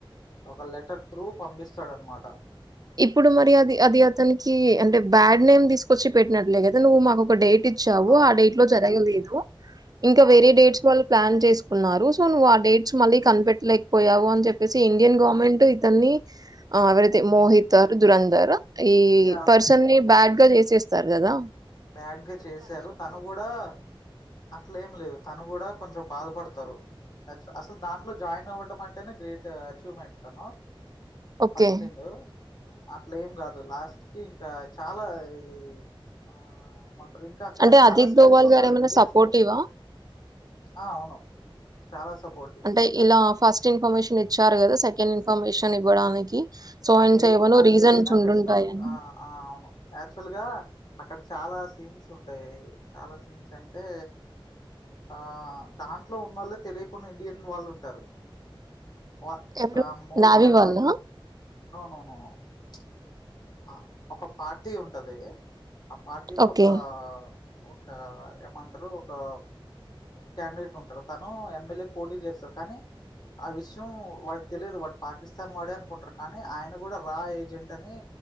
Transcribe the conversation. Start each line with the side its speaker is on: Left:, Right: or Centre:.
Left: ఒక లెటర్ త్రూ పంపిస్తాడ అనమాట
Right: ఇప్పుడు మరి అది అది అతనికి అంటే బ్యాడ్ నేమ్ తీసుకొచ్చి పెట్టినట్లే కదా నువ్వు మాకు ఒక డేట్ ఇచ్చావు
Left: అవును
Right: ఆ డేట్ లో జరగలేదు హ ఇంకా
Left: అవును
Right: వేరే డేట్స్ వాళ్ళ ప్లాన్ చేసుకున్నారు సో నువ్వు ఆ డేట్స్ మళ్ళీ కనిపెట్టలేకపోయావు అని చెప్పేసి ఇండియన్ గవర్నమెంట్ ఇతన్ని ఎవరైతే మోహిత్ తారు దురేందర్ ఆ ఈ
Left: ఇగ
Right: పర్సన్ని బ్యాడ్ గా చేసేస్తారు కదా
Left: బ్యాడ్గా చేసారు తను కూడా అట్ల ఏం లేదు తను కూడా కొంచెం బాధపడతారు అసలు దాంట్లో జాయిన్ అవ్వడం అంటేనే గ్రేట్ అచీవ్మెంట్ తను
Right: ఓకే.
Left: ఫస్ట్ థింగ్ అట్లా ఏం కాదు లాస్ట్ కి ఇంకా చాలా ఇది ఆ ఇంకా అక్కడ
Right: అంటే
Left: చాలా
Right: అజిత్
Left: స్పైస్
Right: దోవల్
Left: ఉంటారు
Right: గారేమైనా
Left: ఇండియన్
Right: సపోర్టివా?
Left: స్పైస్ ఆ అవును చాలా సపోర్టివ్
Right: అంటే ఇలా ఫస్ట్ ఇన్ఫర్మేషన్ ఇచ్చారు కదా సెకండ్ ఇన్ఫర్మేషన్ ఇవ్వడానికి సో,
Left: ఆ
Right: అండ్
Left: డేట్
Right: సో ఏవనో
Left: నాకు
Right: రీజన్స్
Left: తెలిదు అని
Right: ఉండుంటాయని.
Left: చెప్తాడు ఆ ఆ అవును యాక్చువల్ గా పక్క చాలా సీన్స్ ఉంటాయి చాలా సీన్స్ అంటే ఆ దాంట్లో ఉన్నోళ్లు తెలియకుండా ఇండియన్ వాళ్ళు ఉంటారు వా
Right: ఎవరు
Left: ఆ మోహిత్
Right: నావి
Left: శర్మ
Right: వాళ్ళ
Left: కి నో నోనో ప్చ్ ఆ ఒక పార్టీ ఉంటది ఆ పార్టీలో
Right: ఓకే
Left: ఒక ఒక ఏమంటారు ఒక మెయిన్ క్యాండిడేట్ ఉంటారు తను ఎమ్మెల్యే పోటీ చేస్తారు కానీ ఆ విషయం వాడికి తెలియదు వాడు పాకిస్తాన్ వాడే అనుకుంటారు కానీ ఆయన కూడా రా ఏజెంట్ అని